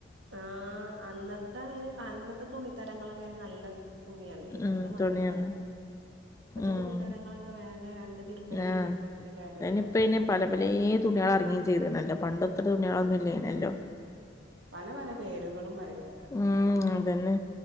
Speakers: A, on the right (about 85°); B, on the left (about 15°).
A: ആഹ് അന്നത്തെ അന്നത്തെ തുണിത്തരങ്ങളൊക്കെ നല്ല തുണിയാണെ ഇപ്പത്തെ
B: ഉം
A: മായ്രില്ല
B: തുണിയാണ്
A: ഇപ്പത്തെ
B: ഉം
A: തുണിതരങ്ങളൊക്കെ വേഗം രണ്ട് തിര്മ്പല് തിര്മ്പ്മ്പോത്തിന്
B: ആഹ്
A: കേടരോലോ
B: അതിനിപ്പ ഇനി പല പലെ തുണിയേൾ എറങ്ങിമ് ചെയ്ത്ണല്ലോ പണ്ട്ത്ര തുണിയേളൊന്നും
A: ആഹ്
B: ഇല്ലേനല്ലോ
A: പല പല പേരുകളും പറിണേ ക
B: ഉം അതന്നെ